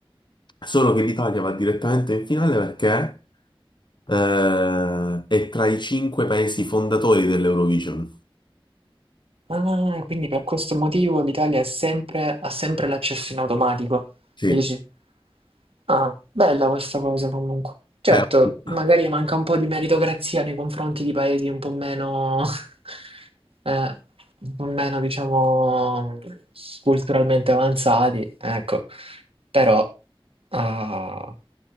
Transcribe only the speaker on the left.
Solo che l'Italia va direttamente in finale perché eh, è tra i cinque paesi fondatori dell'Eurovision.
Sì.
Beh, <laughs>